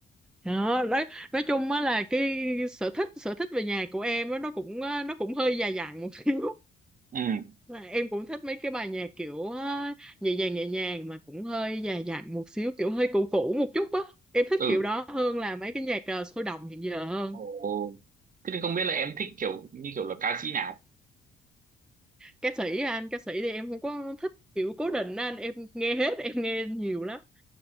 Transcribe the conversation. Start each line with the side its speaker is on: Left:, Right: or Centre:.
Centre: đó nói nói chung á là cái sở thích sở thích về nhạc của em á nó cũng ờ, nó cũng hơi già dặn một <laughs> xíu
Right: Ừ.
Centre: Là em cũng thích mấy cái bài nhạc kiểu á, nhẹ nhàng nhẹ nhàng mà cũng hơi già dặn một xíu kiểu hơi cũ cũ một chút á em thích
Right: Ừ.
Centre: kiểu đó hơn là mấy cái nhạc ờ, sôi động hiện giờ hơn
Right: Ồ. Thế thì không biết là em thích kiểu như kiểu là ca sĩ nào?
Centre: ca sĩ anh ca sĩ thì em không có thích kiểu cố định á anh em nghe hết em nghe nhiều lắm